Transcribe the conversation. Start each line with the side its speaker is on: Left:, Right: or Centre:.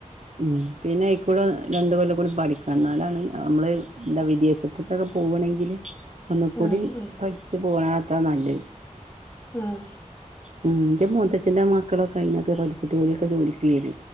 Right: ഉം പിന്നെ അയ്ക്കൂടെ രണ്ട് കൊല്ലം കൂടി പഠിക്ക എന്നാലാണ് നമ്മള് എന്താ വിദേശത്തേക്കൊക്കെ പോകണെങ്കില് ഒന്ന കൂടി
Left: ആ ആ
Right: പഠിച്ച് പോവാണ്. അത്ര നല്ല
Left: ആഹ
Right: ഉ എന്റെ മുത്തച്ഛന്റെറെ മക്കളൊക്കെ അതിനൊക്കെ പഠിച്ചിട്ട് ഒരു സം ജോലി കിട്ടിയാത്.